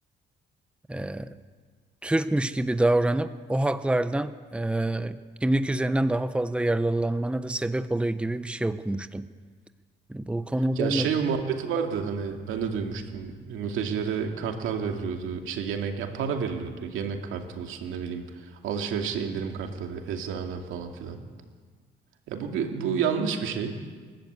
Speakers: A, in the centre; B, on the right.
A: e, Türkmüş gibi davranıp o haklardan e, kimlik üzerinden daha fazla yararlanmana da sebep oluyor gibi bir şey okumuştum. Yani Bu konuda
B: Ya
A: mı
B: şey o muhabbeti vardı hani ben de duymuştum. Mültecilere kartlar veriliyordu. İşte yemek ya para veriliyordu. Yemek kartı olsun ne bileyim. Alışverişte indirim kartları eczaneden falan filan. Ya bu bir, bu yanlış bir şey.